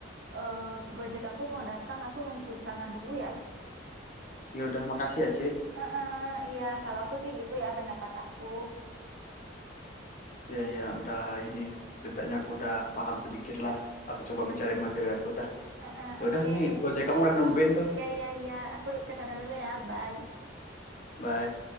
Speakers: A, on the right; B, on the left.
A: eh, Gojek aku mau datang. Aku nunggu ke sana dulu ya.
B: ya udah makasih ya, Ci.
A: Heeh, Iya, kalau aku sih gitu ya pendapat aku.
B: Ya ya udah ini setidaknya aku udah paham sedikit lah. Aku coba bicarain sama cewek aku dah.
A: Heeh,
B: Ya
A: Oke.
B: udah nih, Gojek kamu udah nungguin tuh.
A: Iya, iya, iya. Aku ke sana dulu ya. Bye.
B: Bye.